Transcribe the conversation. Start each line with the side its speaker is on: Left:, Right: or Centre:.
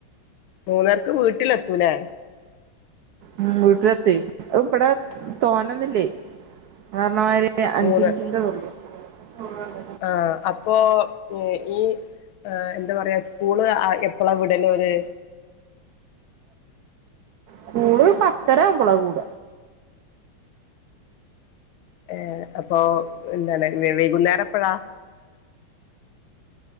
Left: മൂന്നരക്ക് വീട്ടിലെത്തൂലേ.
Right: ഉം വീട്ടിലത്തെയ്. അത് ഇവിടെ തോനന്നൂല്ലേ ഇങ്ങള് പറഞ്ഞ മാരി. <unintelligible> അഞ്ച്
Left: മൂന്ന്
Right: മിനിറ്റ്ന്റ തൊള്ളൂ <unintelligible>
Left: ആഹ് അപ്പൊ ഏഹ് ഈ ആഹ് എന്താ പറയാ. സ്കൂള് ആഹ് എപ്പളാ വിടലവര്?
Right: സ്കൂള് പത്തരാവുമ്പോളാ കൂട.
Left: ഏഹ് അപ്പൊ എന്താണ്, വൈകുന്നേരം എപ്പഴാ?